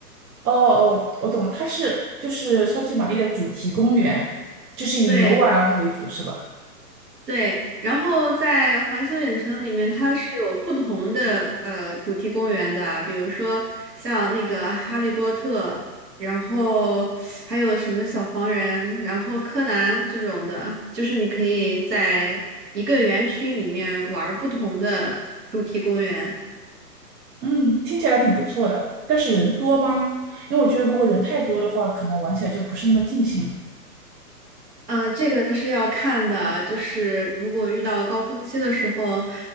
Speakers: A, on the right (about 70°); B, on the right (about 85°).
A: 哦哦，我懂了，它是就是超级玛丽的主题公园，就是以游玩为主，
B: 对，
A: 是吧？
B: 对，然后在环球影城里面，它是有不同的呃主题公园的，比如说像那个《哈利波特》，然后还有什么小黄人，然后柯南这种的，就是你可以在一个园区里面玩儿不同的主题公园。
A: 嗯，听起来挺不错的，但是人多吗？因为我觉得如果人太多的话，可能玩起来就不是那么尽兴了。
B: 啊，这个是要看的，就是如果遇到高峰期的时候，